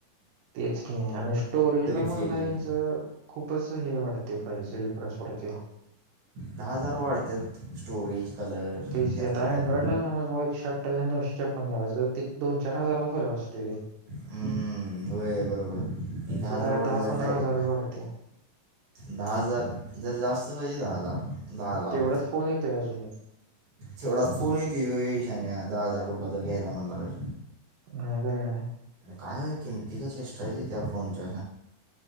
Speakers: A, on the right (about 70°); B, on the right (about 90°).
A: तेच क आणि स्टोरेज ला
B: फेलेल
A: मरता यांच खूपच हे वाटतते डिफरन्स पडते
B: दहा हजार वाढतात स्टोरेज कलर
A: तेच
B: त्यात
A: कता
B: त्यात
A: अँड्रॉइड ला समज भाऊ एक दोनशे प्नलाय तर ते दोन चार हजारचारक असतते रे
B: हम्म वेळ बरोबर
A: यांचं
B: इथे हजार
A: काय
B: वाड
A: दहा
B: दात
A: पंधरा
B: डायरेक्ट
A: हजारच वाढते
B: दहा हजार जर जास्त पाहिजे दहा हजार दहा हजार
A: तेवढाच फोन येतोय अजून एक
B: तेवढाच फोन तईशान दहा हजार कट आपलाद घ ज मनलाले
A: हर आहे
B: काय हो किमती का चेष्टायची त्या फोनच्या